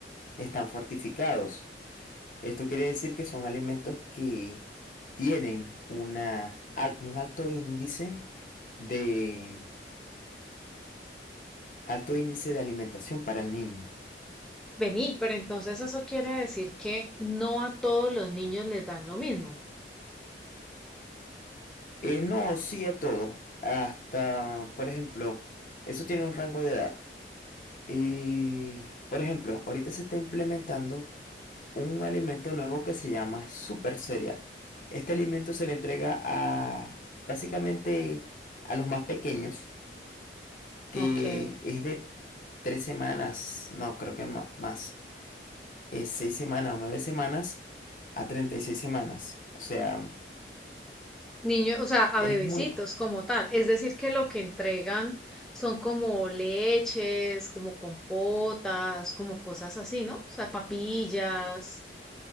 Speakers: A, on the left; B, in the centre.
A: están fortificados. Esto quiere decir que son alimentos que tienen una, al- un alto índice de, alto índice de alimentación para el niño.
B: Vení, pero entonces eso quiere decir que no a todos los niños les dan lo mismo.
A: Eh, no, sí a todo. Hasta, por ejemplo, eso tiene un rango de edad. Y, por ejemplo, ahorita se está implementando un alimento nuevo que se llama super cereal. Este alimento se le entrega a básicamente a los más pequeños, que
B: Ok.
A: es de tres semanas, no, creo que ma- más, es seis semanas o nueve semanas a 36 semanas. O sea,
B: Niños, o sea, a
A: es
B: bebecitos
A: muy...
B: como tal. Es decir, que lo que entregan son como leches, como compotas, como cosas así, ¿no? O sea, papillas.